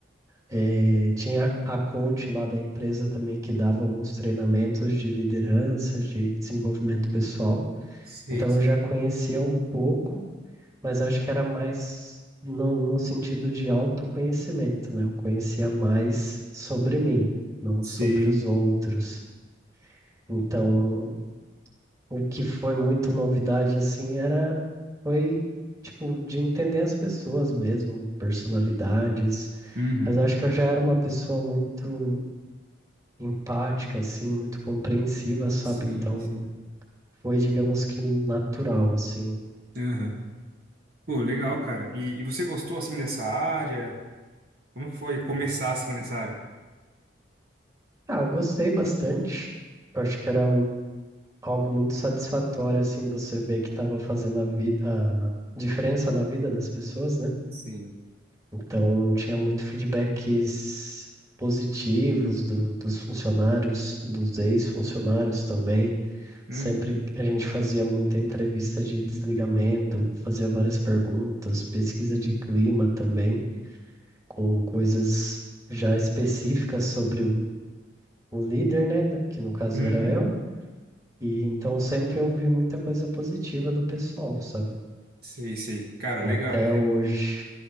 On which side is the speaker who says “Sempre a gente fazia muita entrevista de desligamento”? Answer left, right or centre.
Right